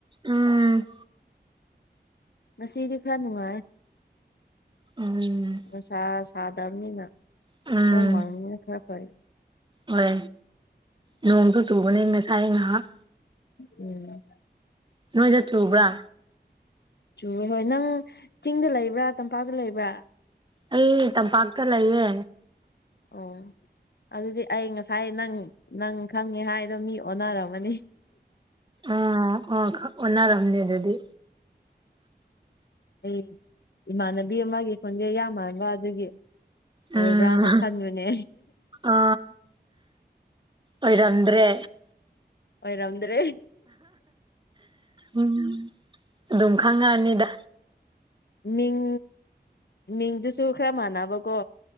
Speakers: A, on the right; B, on the left.
A: ꯎꯝ
B: ꯉꯁꯤꯗꯤ ꯈꯔ ꯅꯨꯡꯉꯥꯏ
A: ꯎꯝ
B: ꯅꯨꯡꯁꯥ ꯁꯥꯗꯕꯅꯤꯅ
A: ꯎꯝ
B: ꯅꯣꯡ ꯃꯪꯅꯤꯅ ꯈꯔ ꯐꯩ
A: ꯍꯣꯏ ꯅꯣꯡꯁꯨ ꯆꯨꯕꯅꯦ ꯉꯁꯥꯏ ꯉꯥꯏꯍꯥꯛ
B: ꯎꯝ
A: ꯅꯣꯏꯗ ꯆꯨꯕ꯭ꯔꯥ
B: ꯆꯨꯔꯦ ꯍꯣꯏ ꯅꯪ ꯆꯤꯡꯗ ꯂꯩꯕ꯭ꯔꯥ ꯇꯝꯄꯥꯛꯇ ꯂꯩꯕ꯭ꯔꯥ
A: ꯑꯩ ꯇꯝꯄꯥꯛꯇ ꯂꯩꯌꯦ
B: ꯑꯣ ꯑꯗꯨꯗꯤ ꯑꯩ ꯉꯁꯥꯏ ꯅꯪ ꯅꯪ ꯈꯪꯉꯦ ꯍꯥꯏꯗꯣ ꯃꯤ ꯑꯣꯟꯅꯔꯝꯃꯅꯤ
A: ꯎꯝ ꯑꯣ ꯑꯣꯟꯅꯔꯝꯅꯦ ꯑꯗꯨꯗꯤ
B: ꯑꯩ ꯏꯃꯥꯟꯅꯕꯤ ꯑꯃꯒꯤ ꯈꯣꯟꯖꯦ ꯌꯥꯝ ꯃꯥꯟꯕ ꯑꯗꯨꯒꯤ ꯑꯣꯏꯕ꯭ꯔꯥꯅ
A: ꯎꯝ
B: ꯈꯟꯕꯅꯦ
A: ꯑ ꯑꯣꯏꯔꯝꯗ꯭ꯔꯦ
B: ꯑꯣꯏꯔꯝꯗ꯭ꯔꯦ
A: ꯎꯝ ꯑꯗꯨꯝ ꯈꯪꯉꯑꯅꯤꯗ
B: ꯃꯤꯡ ꯃꯤꯡꯗꯨꯁꯨ ꯈꯔ ꯃꯥꯟꯅꯕꯀꯣ